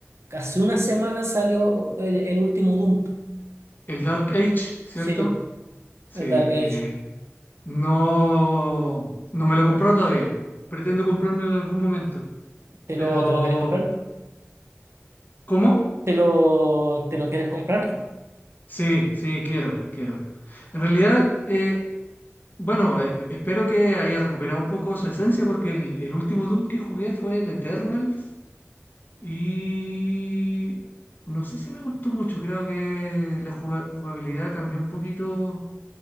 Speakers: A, on the right (about 65°); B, on the left (about 40°).
A: Hace una semana salió el, el último Doom.
B: El Dark Age, ¿cierto?
A: Sí,
B: Sí,
A: el Dark Age.
B: eh, No, no me lo he comprado todavía. Pretendo comprármelo en algún momento.
A: ¿Te
B: Pero,
A: lo, te lo quieres comprar?
B: ¿cómo?
A: ¿Te lo, te lo quieres comprar?
B: Sí, sí, quiero, quiero. En realidad, eh, bueno, esp- espero que haya recuperado un poco su esencia porque el, el último Doom que jugué fue el Eternals y no sé si me gustó mucho. Creo que la juga- jugabilidad cambió un poquito,